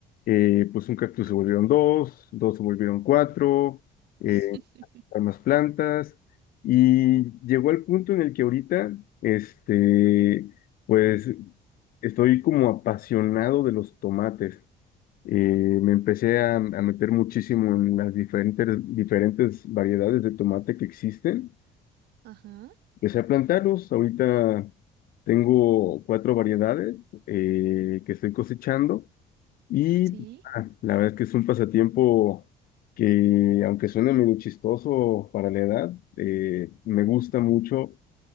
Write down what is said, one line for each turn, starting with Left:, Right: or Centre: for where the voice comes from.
Left: eh, pues un cactus se volvieron dos, dos se volvieron cuatro, eh,
Right: <laughs>
Left: hay más plantas. Y llegó al punto en el que ahorita, este, pues estoy como apasionado de los tomates. Eh, me empecé a, a meter muchísimo en las diferentes, diferentes variedades de tomate que existen.
Right: Ajá.
Left: Empecé a plantarlos. Ahorita tengo cuatro variedades eh, que estoy cosechando y
Right: Sí.
Left: ah, la verdad es que es un pasatiempo que, aunque suene medio chistoso para la edad, eh, me gusta mucho,